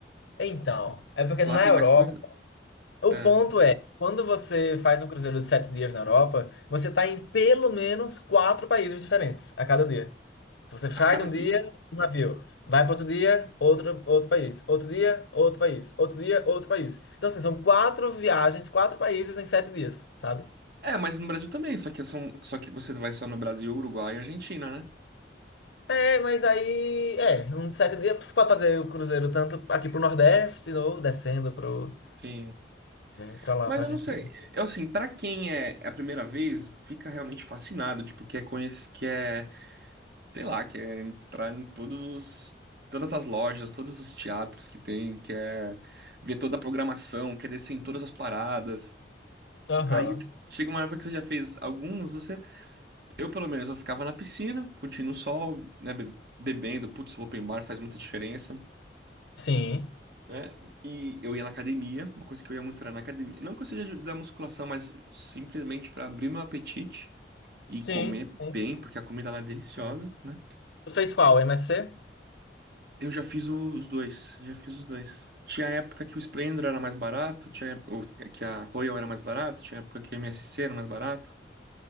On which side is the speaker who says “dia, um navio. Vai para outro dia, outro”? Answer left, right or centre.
Left